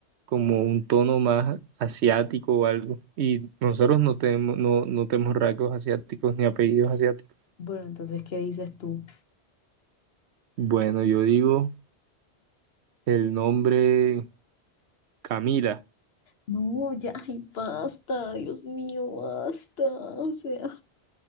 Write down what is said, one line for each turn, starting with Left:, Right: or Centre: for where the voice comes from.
Right: como un tono más asiático o algo. Y nosotros no tenemos, no, no tenemos rasgos asiáticos ni apellidos asiáticos.
Left: Bueno, entonces, ¿qué dices tú?
Right: Bueno, yo digo el nombre Camila.
Left: No, ya, ay, basta, Dios mío, basta. O sea,